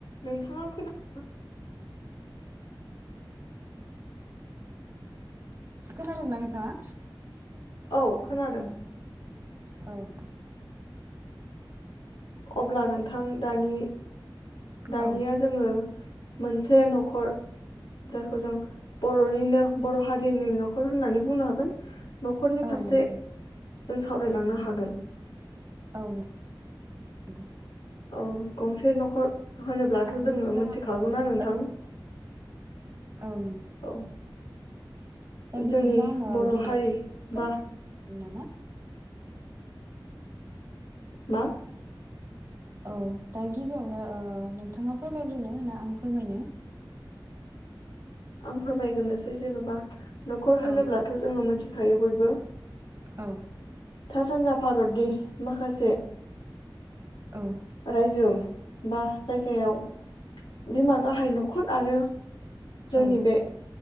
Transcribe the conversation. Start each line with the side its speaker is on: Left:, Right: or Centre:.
Left: नोंथाङा खोना
Right: खोनादोंना नोंथाङा
Left: औ खोनादों
Right: औ
Left: अब्ला नोंथां दानि दानिया
Right: औ
Left: जोङो मोनसे न'खर जायखौ जों बर'निनो बर' हारि नि न'खर होननानै बुंनो हागोन न'खरनि
Right: औ
Left: फारसे
Right: नंगौ
Left: जों सावरायलांनो हागोन
Right: औ नंगौ
Left: औ गंसे न'खर होनोब्लाथ जोङो
Right: बिदिब्ला
Left: मिथिखागौना नोंथां
Right: औ औ नंगौ
Left: औ
Right: दा बिदिब्ला
Left: जोंनि
Right: आङो
Left: बर
Right: गिबियावनो
Left: हारि
Right: फोरमायनो
Left: बा
Right: नामा
Left: मा
Right: औ दा गिबियावनो ओ नोंथाङा फोरमायग्रोनो ना आं फोरमायनो
Left: आं फोरमायग्रोनोसै जेनबा नखर होनोब्लाथ
Right: औ
Left: जोङो मोनसे खायो बयबो।
Right: औ।
Left: सा सानजा भारतनि माखासे
Right: औ
Left: रायजो बा जायगायाव बिमा गाहाय नखर आरो जोंनि
Right: औ
Left: बे